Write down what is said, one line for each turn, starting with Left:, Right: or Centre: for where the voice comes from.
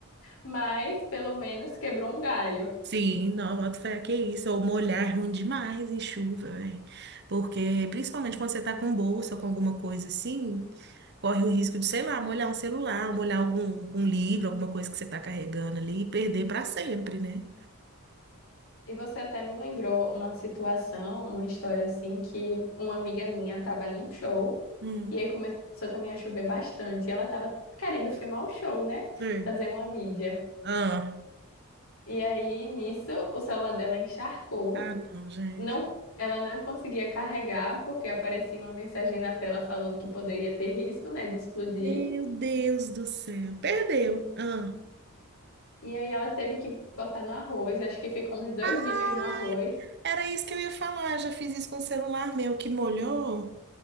Left: mas pelo menos quebrou um galho.
Right: Sim, não, boto fé, que é isso. Ou molhar é ruim demais em chuva, velho. Porque, principalmente quando você tá com bolsa, com alguma coisa assim, corre o risco de, sei lá, molhar um celular, molhar algum, um livro, alguma coisa que você tá carregando ali e perder pra sempre, né?
Left: E você até me lembrou uma situação, uma história assim, que uma amiga minha estava em um show
Right: Hum.
Left: e aí começou também a chover bastante. E ela estava querendo filmar o show, né?
Right: Sim.
Left: Fazer uma mídia.
Right: Ah,
Left: E aí, nisso, o celular dela encharcou.
Right: ah, não, gente.
Left: não, ela não conseguia carregar porque aparecia uma mensagem na tela falando que poderia ter risco, né, de explodir.
Right: Meu Deus do céu. Perdeu. Ah.
Left: E aí ela teve que botar no arroz, acho que ficou uns dois
Right: Ai,
Left: dias no arroz.
Right: era isso que eu ia falar. Já fiz isso com o celular meu que molhou.